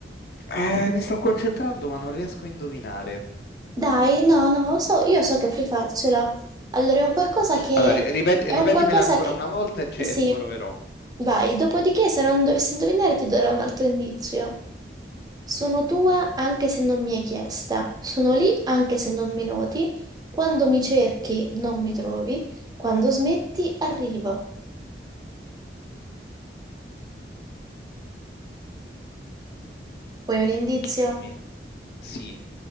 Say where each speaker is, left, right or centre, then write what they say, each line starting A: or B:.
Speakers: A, on the left; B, on the right.
A: Eh, mi sto concentrando, ma non riesco a indovinare.
B: Dai, no, no, lo so, io so che puoi farcela. Allora, è un qualcosa che...
A: Allora, ri- ripet-
B: È
A: ripetimela
B: un qualcosa
A: ancora
B: che...
A: una volta e, ce-
B: Sì,
A: e proverò.
B: vai. Dopodiché, se non dovessi indovinare, ti darò un altro indizio. Sono tua anche se non mi hai chiesta. Sono lì anche se non mi noti. Quando mi cerchi, non mi trovi. Quando smetti, arrivo. Vuoi un indizio?
A: Non mi... Sì.